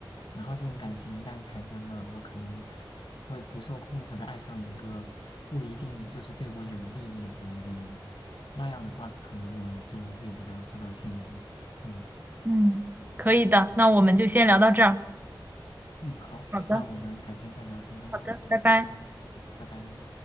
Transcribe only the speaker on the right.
嗯，可以的，那我们就先聊到这儿。
好的，
好的，拜拜。